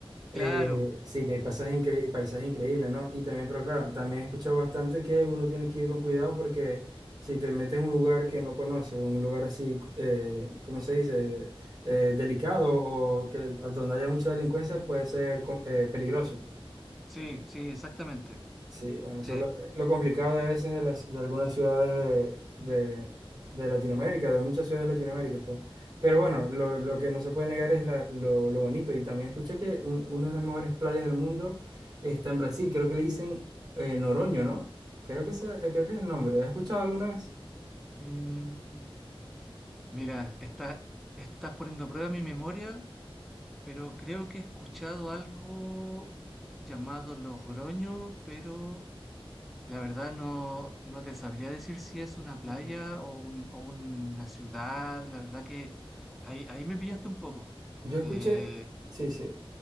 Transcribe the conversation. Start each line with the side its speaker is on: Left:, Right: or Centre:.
Right: eh,
Centre: Claro,
Right: sí, que hay pasajes, incre- paisajes increíbles, ¿no? Y también, pero claro, también he escuchado bastante que uno tiene que ir con cuidado porque si te metes en un lugar que no conoces, un lugar así, eh, ¿cómo se dice? Eh, delicado o que donde haya mucha delincuencia puede ser co- eh, peligroso.
Centre: sí, sí, exactamente.
Right: Sí, bueno, eso
Centre: Sí.
Right: es lo, lo complicado de a veces de, las, de algunas ciudades de, de, de Latinoamérica, de muchas ciudades latinoaméricas, pues. Pero bueno, lo, lo que no se puede negar es la- lo, lo bonito. Y también escuché que un- una de las mejores playas del mundo está en Brasil. Creo que le dicen eh, Noroño, ¿no? Creo que, ese- eh, creo que es el nombre. ¿Has escuchado alguna vez?
Centre: Mm, mira, está, estás poniendo a prueba mi memoria, pero creo que he escuchado algo llamado Logroño, pero La verdad no, no te sabría decir si es una
Right: Ujú.
Centre: playa o, un- o una ciudad. La verdad que ahí, ahí me pillaste un poco.
Right: Yo
Centre: Eh,
Right: escuché, sí, sí.